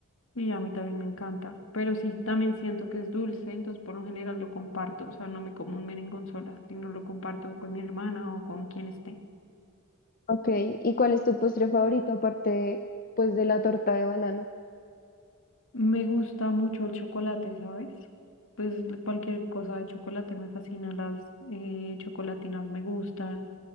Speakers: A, on the left (about 65°); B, on the left (about 40°).
A: Y a mí también me encanta. Pero sí, también siento que es dulce, entonces por lo general lo comparto. O sea, no me como un merengón sola, sino lo comparto con mi hermana o con quien esté.
B: Ok, ¿y cuál es tu postre favorito aparte pues de la torta de banano?
A: Me gusta mucho el chocolate, ¿sabes? Pues cualquier cosa de chocolate me fascina, las eh, chocolatinas me gustan.